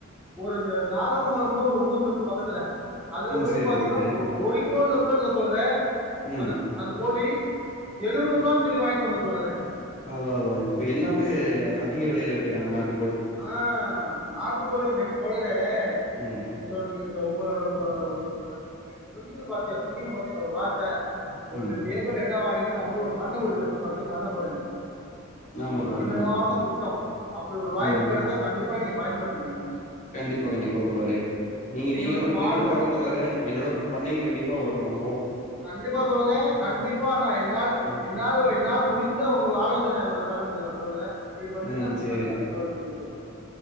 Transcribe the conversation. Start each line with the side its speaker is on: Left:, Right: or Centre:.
Centre: ஒரு ந நாகமங்கலம்னு ஒரு ஊருருக்கு பக்கத்துல அதுல
Left: ம்
Centre: போயிட்டு
Left: சேரி
Centre: பாத்தீங்கன்னா
Left: தோழரே
Centre: ஒரு ஒரு கிலோல கூட இல்ல தோழரே
Left: ம்
Centre: அந்த அந்த கோழி எழுநூரூவானு சொல்லி வாய்ண்டு வந்தே தோழரே
Left: அத அதா இப்ப எல்லாமே அதிக வெலையில விக்கிறாங்க நாட்
Centre: ஆ நாட்டு கோழி இன்னைக்கு தோழரே
Left: ம்
Centre: நீங்க சொ நீங்க சொ உங்களோட உங்களோட உங்களோட இப்ப நீங்க சொன்னீங்கள் பாத்திக சொன்னீங்க பாத்தீங்களா ஒரு வார்த்த ஒரு
Left: ம்
Centre: ரெண்டு ஏக்கர் எடொ வாங்கிட் டு நா வந்து ஒரு பண்ண வீடு வச்சு பக்கெ பண்ண போறேனு
Left: ஆமா
Centre: அது
Left: தோழரே
Centre: அருமையான
Left: ஆமா
Centre: திட்டம் அப்படி ஒரு வாய்ப்
Left: ம்
Centre: கண்டிப்பா நீங்க பயன்படுத்திக்கிரிங்க
Left: கண்டிப்பா கண்டிப்பா தோழரே நீங்க நீங்க
Centre: வந்து
Left: வண்டி
Centre: மாடு
Left: கண்டிப்பா
Centre: மட்டு
Left: வரனு தோழரே என்னோட பண்ணைக்லேஏஸ கண்டிப்பா வரணும் ந
Centre: கண்டிப்பா தோழரே கண்டிப்பா நா என்னால்
Left: ம்
Centre: என்னால என்னால முடிந்த உங்களுக்கு ஆலோ சனை நா உங்களுக்கு தர தோழ தோழரே இப்படி பண்ணுங்க
Left: ம்
Centre: அப்படி
Left: சேரி
Centre: பண்ணுங்க நா தொலச்சி சொல்லுறே